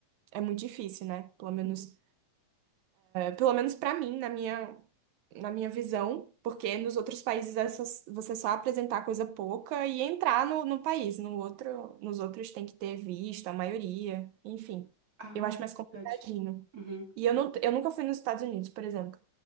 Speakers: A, on the right; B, on the right.
A: é muito difícil, né? Pelo menos
B: uhum.
A: Pelo menos para mim, na minha, na minha visão, porque nos outros países é só- você só apresentar coisa pouca e entrar no, no país. No outro, nos outros tem que ter visto, a maioria, enfim.
B: Ah,
A: Eu acho
B: é
A: mais complicadinho.
B: verdade. Uhum.
A: E eu, não, eu nunca fui nos Estados Unidos, por exemplo.